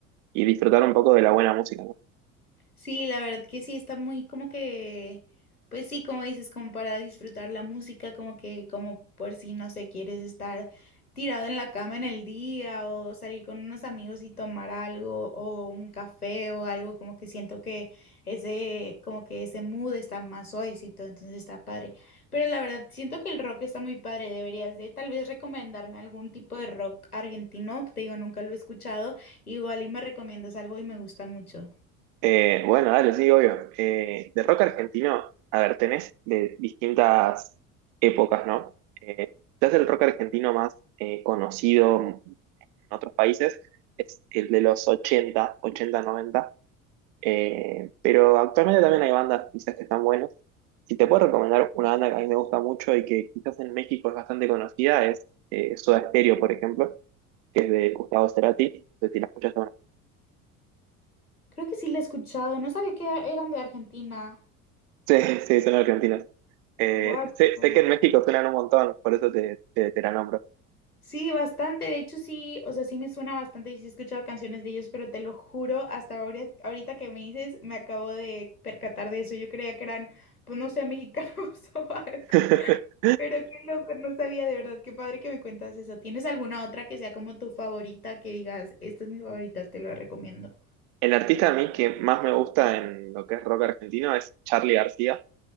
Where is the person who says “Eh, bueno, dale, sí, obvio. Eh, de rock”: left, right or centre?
Right